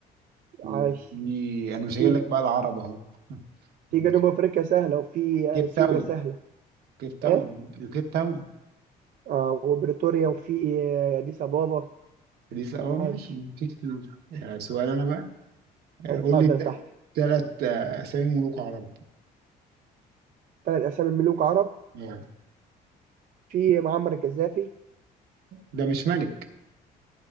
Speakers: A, on the right; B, on the right.
A: وفي
B: عايش
A: انا مش
B: في
A: هجيب لك بقى العرب اهو <laughs>
B: في
A: وفي
B: جنوب أفريقيا سهلة وفي
A: كيب
B: أثيوبيا
A: تاون
B: سهلة
A: كيب تاون
B: ايه
A: وكيب تاون
B: اه وبريتوريا وفي آه، أديس أبابا
A: دي س- اه ماشي
B: عايش
A: في كتير آه، سؤال انا بقى آه،
B: اتفضل
A: قول لي
B: يا صاحبي
A: ثلاث اسامي ملوك عرب
B: ثلاث أسامي ملوك عرب
A: آه،
B: في معمر القذافي
A: ده مش ملك